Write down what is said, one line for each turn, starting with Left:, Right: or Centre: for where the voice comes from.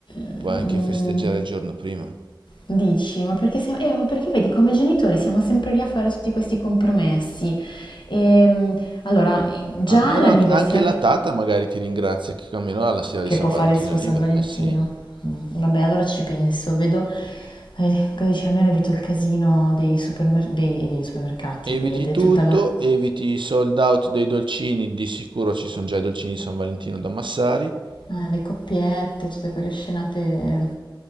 Left: Mm,
Right: Puoi anche festeggiare il giorno prima.
Left: Dici, ma perché siamo, eh, ma perché vedi, come genitori siamo sempre lì a fare tutti questi compromessi. Ehm, allora, già
Right: A meno
Left: l'anniversario
Right: anche anche la tata magari ti ringrazia che almeno alla sera di
Left: che
Right: San
Left: può
Right: Valentino
Left: fare il suo
Right: è libera.
Left: San Valentino.
Right: Eh sì.
Left: Mm, Vabbè, allora ci penso, vedo, eh, cosa dice, almeno evito il casino dei, supermer- dei- dei supermercati,
Right: Eviti
Left: de- de
Right: tutto,
Left: tutta la,
Right: eviti i sold out dei dolcini, di sicuro ci sono già i dolcini di San Valentino da Massari.
Left: Eh, le coppiette, tutte quelle scenate,